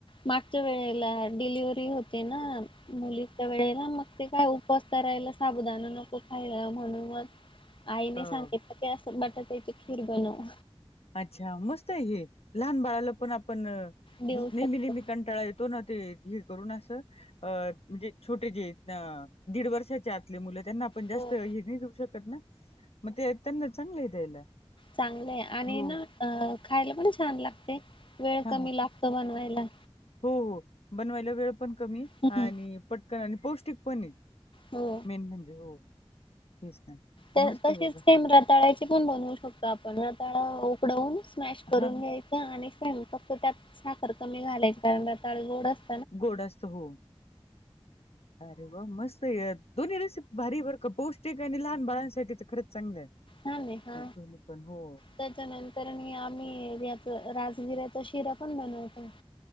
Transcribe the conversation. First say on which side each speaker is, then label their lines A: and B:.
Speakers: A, on the left; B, on the left.
A: मागच्या वेळेला डिलिव्हरी होती ना मुलीची. त्या वेळेला मग ते काय उपस्ता राहिला साबुदाान नको फायदा म्हणून मग आई ने
B: अ
A: सांगितलं असं बटाट्याची खीर बनव.
B: अच्छा, मस्त आहे हे, लहान बाळाला पण आपण नेहमी
A: देऊ शकतो
B: नेहमी. कंटाळा येतो ना ते हे करून असं. अ म्हणजे छोटे जे दीड वर्षाच्या आतले मुलं. त्यांना आपण जास्त
A: हो
B: हे नाही देऊ शकत ना मग ते त्यांना चांगलं आहे द्यायला.
A: चांगले आहे आणि
B: हो
A: ना आता खायला पण छान लागते वेळ
B: हा
A: कमी
B: हा
A: लागत बनवायला.
B: हो हो बनवायला वेळ पण कमी
A: हम्म.
B: आणि पटकन आणि पौष्टिक पण हे.
A: हो...
B: मेन म्हणजे हो तेच ना.
A: तसेच
B: मस्त आहे बाबा
A: खीर रताळ्याची पण बनवू शकतो आपण. उकडवून स्मॅश करून
B: हा
A: घ्याय. आणि स फक्त त्यात साखर कमी घालायच कारण रताळ गोडअसत.
B: गोड आसत हो.. अरे वा मस्त या दोन्ही रेसिपी भारी बर का पौष्टिक आणि लहान बाळांसाठी तर खरंच चांगलं आहे.
A: हा नाही हा.
B: दोन्ही पण हो
A: त्याच्यानंतर म आम्ही यात राजसगिऱ्याचा शिरा पण बनवतो.